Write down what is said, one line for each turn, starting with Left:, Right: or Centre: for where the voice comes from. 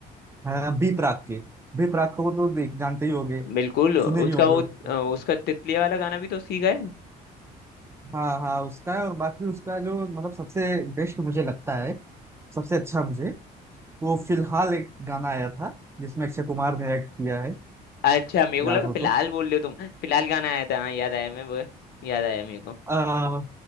Right: हाँ, बी प्राक के बी प्राक को तो देख जानते ही होगे
Left: बिल्कुल उसका
Right: सुने भी होंगे
Left: वो
Right: हो सकता
Left: अ,
Right: है।
Left: उसका तितलिया वाला गाना भी तो सीखा है
Right: हाँ हाँ उसका है और बाकी उसका जो मतलब सबसे बेस्ट मुझे लगता है सबसे अच्छा मुझे वो फिलहाल एक गाना आया था जिसमें अक्षय कुमार ने एक्ट किया है
Left: अच्छा मेरे को
Right: याद
Left: लगा
Right: हो
Left: फिलहाल
Right: तो
Left: बोल रहे हो तुम फिलहाल गाना आया था हाँ याद आया मैं वो याद आया मेरे को
Right: आ,